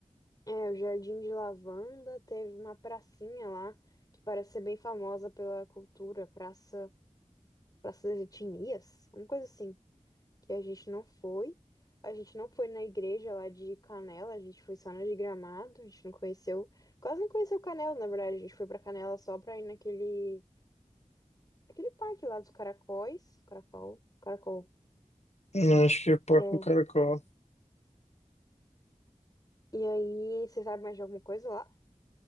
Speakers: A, on the left; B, on the left.
A: É, o Jardim de Lavanda, teve uma pracinha lá que parece ser bem famosa pela cultura, praça, praça das etnias, uma coisa assim, que a gente não foi. A gente não foi na igreja lá de Canela, a gente foi só na de Gramado, a gente não conheceu, quase não conheceu Canela, na verdade, a gente foi pra Canela só pra ir naquele Aquele parque lá dos caracóis. Caracol. Caracol.
B: Hum, Acho que é Parque
A: É.
B: do Caracol.
A: E aí, você sabe mais de alguma coisa lá?